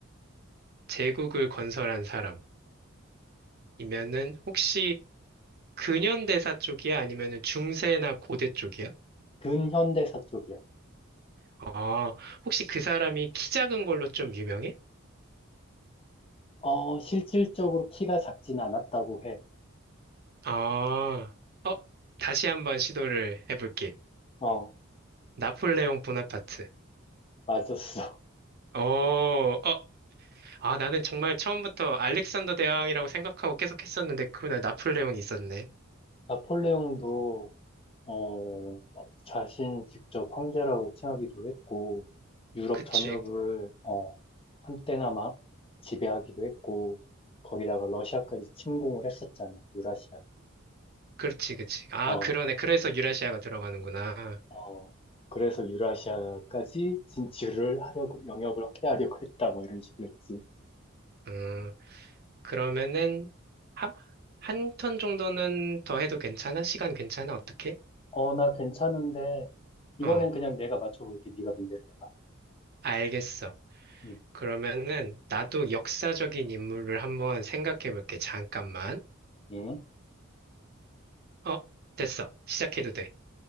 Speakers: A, on the right (about 50°); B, on the left (about 30°).
A: 제국을 건설한 사람. 이면은 혹시 근현대사 쪽이야? 아니면은 중세나 고대 쪽이야?
B: 근현대사 쪽이야.
A: 아, 혹시 그 사람이 키 작은 걸로 좀 유명해?
B: 어, 실질적으로 키가 작진 않았다고 해.
A: 아, 어, 다시 한번 시도를 해볼게.
B: 어,
A: 나폴레옹 보나파트.
B: 맞았어.
A: 어, 어, 아, 나는 정말 처음부터 알렉산더 대왕이라고 생각하고 계속 했었는데, 그날 나폴레옹이 있었네.
B: <laughs> 나폴레옹도, 어, 자신 직접 황제라고 칭하기도 했고, 유럽
A: 그치,
B: 전역을, 어, 한때나마 지배하기도 했고, 거기다가 러시아까지 침공을 했었잖아, 유라시아.
A: 그렇지, 그치. 아,
B: 어,
A: 그러네. 그래서 유라시아가 들어가는구나.
B: 어. 그래서 유라시아까지 진출을 하려고, 영역을 확대하려고 했다, 뭐 이런 식으로 했지.
A: 음, 그러면은 한, 한 턴 정도는 더 해도 괜찮아? 시간 괜찮아? 어떻게?
B: 어, 나 괜찮은데, 이번엔
A: 어,
B: 그냥 내가 맞춰볼게. 네가 문제를 내봐.
A: 알겠어.
B: 음,
A: 그러면은 나도 역사적인 인물을 한번 생각해 볼게. 잠깐만.
B: 응?
A: 어, 됐어. 시작해도 돼.